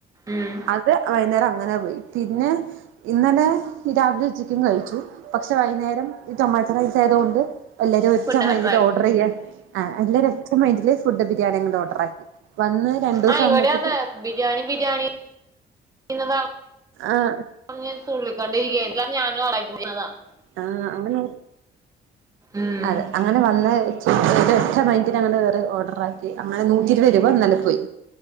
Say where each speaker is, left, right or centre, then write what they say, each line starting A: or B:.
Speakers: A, on the right; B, on the right.
A: ഉം
B: അത് വൈന്നാരം അങ്ങനെ പോയി പിന്നെ ഇന്നലെ ഈ രാവിലെ ഉച്ചയിക്കും കഴിച്ചു. പക്ഷെ വൈന്നേരം ഈ ടൊമാറ്ററൈസ് ആയതു കൊണ്ട് എല്ലരും ഒ
A: ഫുഡ്
B: റ്റ മൈന്റ്ല്
A: ഓർഡർ ആക്കി
B: ഓർഡറെയ്യ ആഹ് എല്ലാരും ഒറ്റ മൈൻഡില് ഫുഡ് ബിരിയാണിയങു ഓർഡർ ആക്കി. വന്ന് രണ്ടു ദിവസം
A: ആഹ്
B: ആവുമ്പോഴത്തേക്കും
A: ഇവിടെ അതെ ബിരിയാണി ബിരിയാണി എന്ന് പർഞ്
B: ആഹ്
A: അങ്ങ് തുള്ളിക്കൊണ്ടിരിക്കയാരുന്നു അപ്പ ഞാനും <unintelligible>
B: ആഹ് അങ്ങനെ
A: ഉം
B: അതെ അങ്ങനെ വന്ന് ഒരറ്റ മൈൻഡിൽ അങ്ങട് കേറി ഓർഡർ ആക്കി അങ്ങനെ നൂറ്റി ഇരുവരുപ ഇന്നലെ പോയി